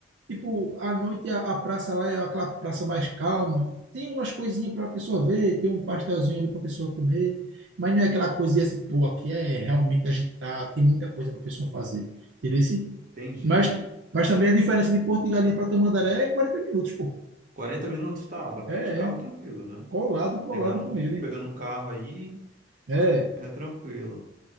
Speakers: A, on the right (about 70°); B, on the right (about 45°).
A: Tipo, à noite a, a praça lá é aquela praça mais calma. Tem umas coisinhas para a pessoa ver, tem um pastelzinho ali para a pessoa comer, mas não é aquela coisinha assim, pô, aqui é realmente agitado, tem muita coisa para a pessoa fazer. Entendeu? Assim,
B: Entendi.
A: Mas, mas também a diferença de Porto de Galinha para Tamandaré é 40 minutos, pô.
B: 40 minutos? Tá, dá pra
A: É,
B: ir de carro
A: é.
B: tranquilo, né?
A: Colado, colado
B: Pegar num,
A: com ele.
B: pegando um carro aí
A: É.
B: é tranquilo.